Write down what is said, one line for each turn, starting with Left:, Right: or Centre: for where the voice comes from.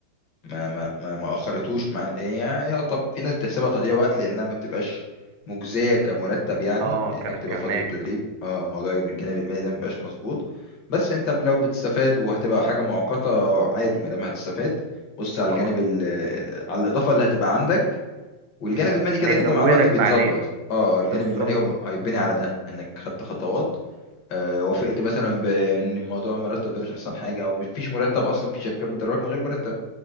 Left: ما ما ما ما اخرتوش مع يعني يعني طب في ناس بتحسبها تضييع وقت لانها ما بتبقاش مجزيه كمرتب يعني
Right: اه
Left: لانك
Right: ك-
Left: بتبقى
Right: كمالي
Left: في فتره تدريب
Right: اه
Left: اه موضوع الجانب المالي ده ما بيبقاش مظبوط بس انت لو بتستفاد وهتبقى حاجه مؤقته عادي ما دام هتستفاد بص على
Right: طبعا
Left: الجانب ال... ال- على الاضافه اللي هتبقى عندك والجانب
Right: مم.
Left: المالي كده
Right: هيزودك
Left: كده مع الوقت بيتظبط
Right: بعدين
Left: اه آه، الجانب
Right: بالظبط
Left: المالي هو هيتبني على ده انك خدت خطوات آه وافقت مثلا بان موضوع المرتب ده مش احسن حاجه او مش فيش مرتب اصلا في شركات بتدربك من غير مرتب